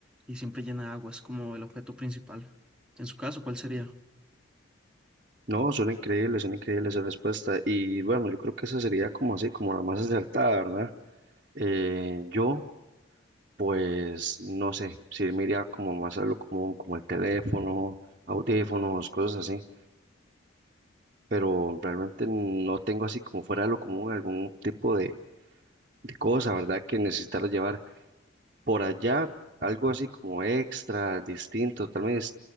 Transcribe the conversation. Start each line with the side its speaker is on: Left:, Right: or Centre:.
Centre: y siempre llena de agua es como el objeto principal. En su caso, ¿cuál sería?
Right: No, son increíbles, son increíbles esa respuesta. Y bueno, yo creo que esa sería como así, como la más acertada, ¿verdad? Eh, yo, pues, no sé, si me iría como más a lo común, como el teléfono, audífonos, cosas así, pero realmente no tengo así como fuera de lo común algún tipo de, de cosa, ¿verdad? Que necesitar llevar. por allá algo así como extra, distinto, totalmente,